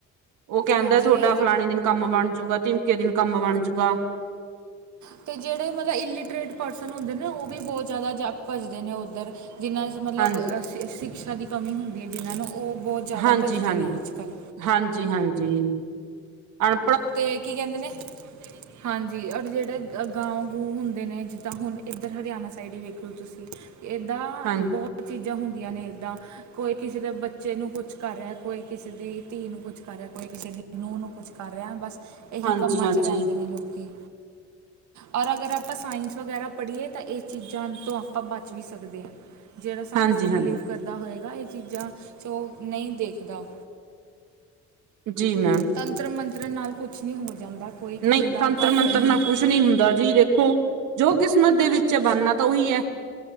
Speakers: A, on the right; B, on the right.
A: ਉਹ ਕਹਿੰਦਾ
B: ਹਾਂਜੀ
A: ਤੁਹਾਡਾ
B: ਇਹ
A: ਫਲਾਣੇ ਦਿਨ ਕੰਮ ਬਣ ਜੂਗਾ ਤਿਮਕੇ ਦਿਨ ਕੰਮ ਬਣਜੂਗਾ।
B: ਅਤੇ ਜਿਹੜੇ ਮਤਲਬ ਇਲਿਟਰੇਟ ਪਰਸਨ ਹੁਦੇ ਨੇ ਉਹ ਵੀ ਬਹੁਤ ਜ਼ਿਆਦਾ ਭਜਦੇ ਨੇ ਉੱਧਰ ਜਿਹਨਾਂ ਮਤਲਬ
A: ਹਾਂ
B: ਸ਼ਿਕਸ਼ਾ ਦੀ ਕਮੀ ਹੁੰਦੀ ਐ ਜਿਹਨ੍ਹਾਂ ਨੂੰ ਉਹ ਬਹੁਤ ਜ਼ਿਆਦਾ
A: ਹਾਂਜੀ
B: ਭੱਜਦੇ
A: ਹਾਂ
B: ਨੇ ਅੱਜ ਕੱਲ੍ਹ
A: ਹਾਂਜੀ, ਹਾਂਜੀ ਅਣ
B: ਤੇ ਕੀ ਕਹਿੰਦੇ ਨੇ ਹਾਂਜੀ ਔਰ ਜਿਹੜੇ ਗਾਉਂ ਗੂ ਹੁੰਦੇ ਨੇ ਜਿੱਦਾਂ ਹੁਣ ਇੱਧਰ ਹਰਿਆਣਾ ਸਾਈਡ ਹੀ ਵੇਖ ਲਓ ਤੁਸੀਂ ਇਦਾ
A: ਹਾਂ
B: ਬਹੁਤ ਚੀਜ਼ਾਂ ਹੁੰਦੀਆਂ ਨੇ ਇੱਦਾਂ ਕੋਈ ਕਿਸੇ ਦੇ ਬੱਚੇ ਨੂੰ ਕੁਛ ਕਰ ਰਿਹਾ ਕੋਈ ਕਿਸੇ ਦੀ ਧੀ ਨੂੰ ਕੁਛ ਕਰ ਰਿਹਾ ਕੋਈ ਕਿਸੇ ਦੀ ਨੂੰਹ ਨੂੰ ਕੁੱਛ ਕਰ ਰਿਹਾ ਬਸ ਇਹੀ
A: ਹਾਂਜੀ
B: ਕੰਮਾਂ
A: ਹਾਂਜੀ
B: 'ਚ ਰਹਿੰਦੇ ਨੇ ਲੋਕੀ ਔਰ ਅਗਰ ਆਪਾਂ ਸਾਇੰਸ ਵਗੈਰਾ ਪੜ੍ਹੀਏ ਤਾਂ ਇਹ ਚੀਜ਼ਾਂ ਤੋਂ ਆਪਾਂ ਬਚ ਵੀ ਸਕਦੇ ਹਾਂ। ਜਿਹੜਾ ਸਾਇੰਸ
A: ਹਾਂਜੀ
B: ਚ
A: ਹਾਂਜੀ
B: ਬਿਲੀਵ ਕਰਦਾ ਹੋਏਗਾ ਇਹ ਚੀਜ਼ਾਂ ਚ ਉਹ ਨਹੀਂ ਦੇਖਦਾ।
A: ਜੀ ਮੈਮ।
B: ਤੰਤਰ ਮੰਤਰ ਨਾਲ ਕੁਛ ਨਹੀਂ ਹੋ ਜਾਂਦਾ। ਕੋਈ
A: ਨਹੀਂ
B: ਕਿਸੇ ਦਾ
A: ਤੰਤਰ
B: ਘਾਟਾ
A: ਮੰਤਰ
B: ਨਹੀਂ
A: ਨਾਲ
B: ਹੁੰਦਾ
A: ਕੁਛ ਨਹੀਂ ਹੁੰਦਾ ਜੀ ਦੇਖੋ ਜੋ ਕਿਸਮਤ ਦੇ ਵਿੱਚ ਐ ਬਣਨਾ ਤਾਂ ਉਹੀ ਐ।